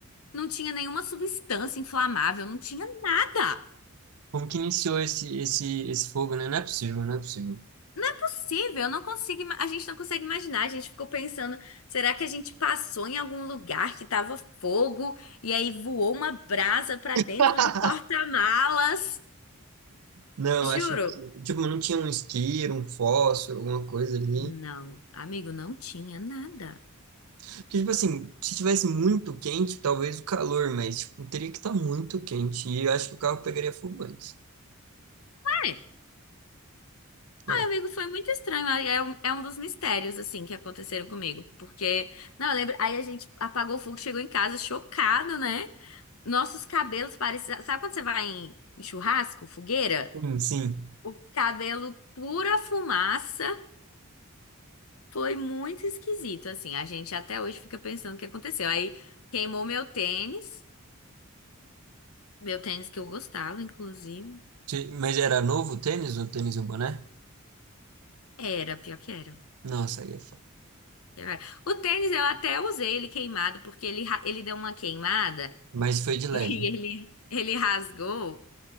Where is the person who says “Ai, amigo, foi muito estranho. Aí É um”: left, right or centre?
Left